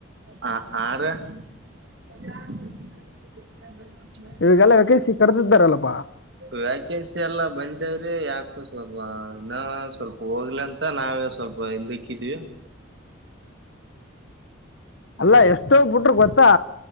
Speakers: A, on the right (about 60°); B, on the left (about 65°).
A: ಹಾ ಆರೇ. <unintelligible>
B: ಇವಗೆಲ್ಲಾ ವೇಕೆನ್ಸಿ ಕರೆದಿದ್ದಾರಲ್ಲಪ್ಪಾ.
A: ವ್ಯಾಕೆನ್ಸಿ ಎಲ್ಲಾ ಬಂದೇವ್ರಿ ಯಾಕೊ ಸ್ವಲ್ಪ ಇನ್ನ ಸ್ವಲ್ಪ ಹೋಗ್ಲಿ ಅಂತ. <unintelligible> ನಾವೇ ಸ್ವಲ್ಪ ಹಿಂದೆಕಿಧಿವಿ.
B: ಅಲ್ಲಾ ಎಷ್ಟೋ ಬಿಟ್ರು ಗೊತ್ತಾ.